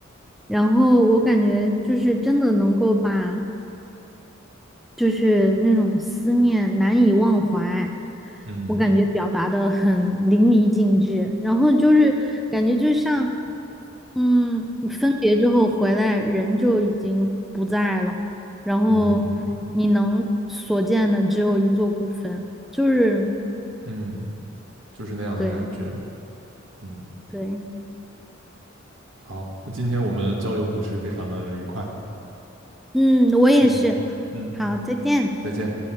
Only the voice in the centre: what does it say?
然后我感觉就是真的能够把就是那种思念难以忘怀，
我感觉表达的很淋漓尽致。然后就是感觉就像，嗯，分别之后回来，人就已经不在了，然后你能所见的只有一座孤坟，
就是
对
对，
嗯，我也是。
好，再见。